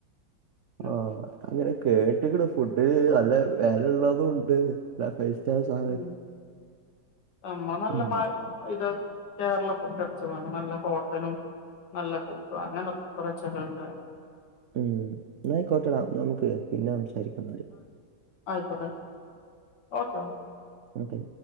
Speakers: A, on the left; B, on the right.
A: ഉം
B: ആഹ് ഞാൻ ങ്ങനെ കേട്ട്ക്ക്ണ് ഫുഡ് നല്ല വെലയള്ളതുണ്ട് ല്ല ഫൈസ്റ്റാർ സാ
A: ഉം അമ്മ നല്ല
B: ഉം
A: ഇത് കേരള ഫുഡ് അട്ച്ചും അന് നല്ല ഹോട്ടലും നല്ല ഫുഡും അങ്ങനൊക്കെ കുറേ ചൊക്കെണ്ട്
B: ഉം ന്നാ അയ്ക്കോട്ടടാ നമുക്ക് പിന്നെ സംസാരിക്കന്നാല്
A: അയ്ക്കോട്ടെ ഓക്കെ ഒ
B: ഓക്കെ